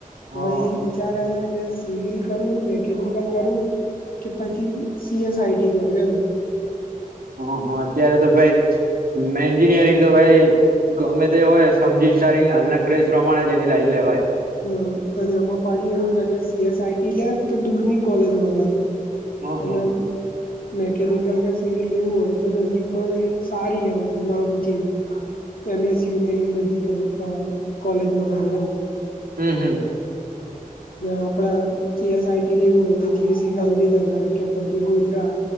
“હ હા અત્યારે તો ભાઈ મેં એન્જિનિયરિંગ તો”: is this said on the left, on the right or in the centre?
Right